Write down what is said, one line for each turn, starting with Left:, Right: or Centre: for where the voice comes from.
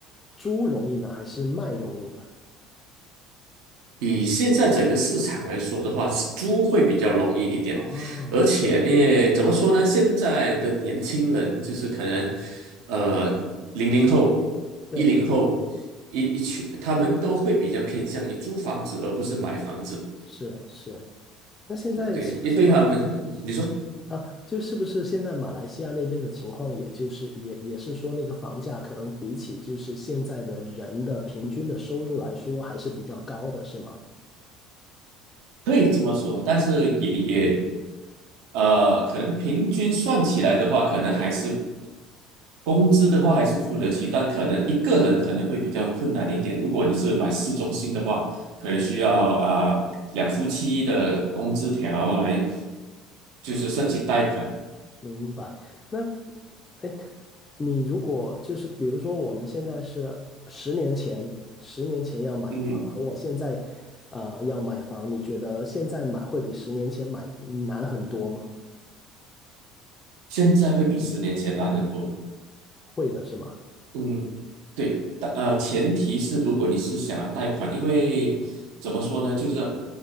Left: 租容易呢，还是卖容易呢？
Right: 以现在整个市场来说的话，租会比较容易一点，
Left: 哦，
Right: 而且因为怎么说呢？现在的年轻人就是可能，呃，零零后、
Left: 对，
Right: 一零后一一群，他们都会比较偏向于租房子而不是买房子。
Left: 是是。那现在是不是马
Right: 对，因为对他们，<laughs> 你说。
Left: 啊？就是不是现在马来西亚那边的情况，也就是也也是说，那个房价可能比起就是现在的人的平均的收入来说，还是比较高的，是吗？
Right: 可以这么说，但是也也呃，可能平均算起来的话，可能还是工资的话还是付得起，但可能一个人可能会比较困难一点。如果你是买市中心的话，可能需要啊、呃两夫妻的工资条来就是申请贷款。
Left: 明白。那，哎，你如果就是比如说，我们现在是十年前，十年前要买房，
Right: 嗯，
Left: 和我现在，啊，要买房，你觉得现在买会比十年前买难很多吗？
Right: 现在会比十年前难很多。
Left: 会的是吗？
Right: 嗯。对，但呃，前提是如果你是想要贷款，因为怎么说呢，就是